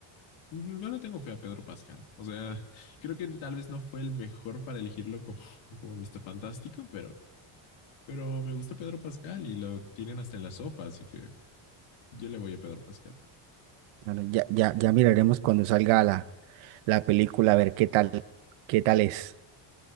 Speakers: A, on the left; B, on the right.
A: Mm, Yo no tengo fe a Pedro Pascal. O sea, <laughs> creo que tal vez no fue el mejor para elegirlo como, como Mr. Fantástico, pero Pero me gusta Pedro Pascal y lo tienen hasta en la sopa, así que yo le voy a Pedro Pascal.
B: Bueno, ya, ya, ya miraremos cuando salga la, la película a ver qué tal, qué tal es.